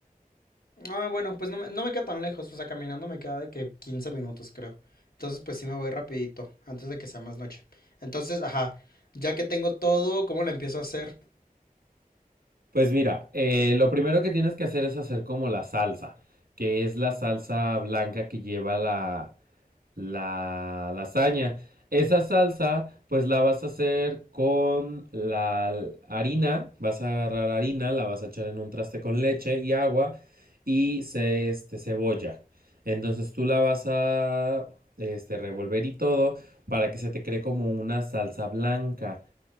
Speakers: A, on the left; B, on the right.
A: Ah, bueno, pues no me, no me queda tan lejos. O sea, caminando me queda de que 15 minutos, creo. Entonces, pues sí me voy rapidito. Antes de que sea más noche. Entonces, ajá. Ya que tengo todo, ¿cómo lo empiezo a hacer?
B: Pues mira, eh, lo primero que tienes que hacer es hacer como la salsa, que es la salsa blanca que lleva la, la lasaña. Esa salsa, pues la vas a hacer con la harina, vas a agarrar harina, la vas a echar en un traste con leche y agua y ce- este, cebolla. Entonces tú la vas a este, revolver y todo para que se te cree como una salsa blanca.